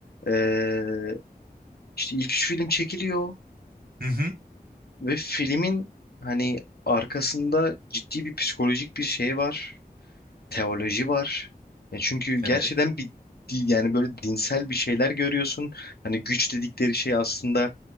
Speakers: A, on the left; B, on the right.
A: eee, işte ilk üç film çekiliyor
B: Hı hı.
A: ve filmin hani arkasında ciddi bir psikolojik bir şey var. Teoloji var. Ya çünkü gerçekten
B: Evet,
A: bir di- yani böyle dinsel bir şeyler görüyorsun. Hani güç dedikleri şey aslında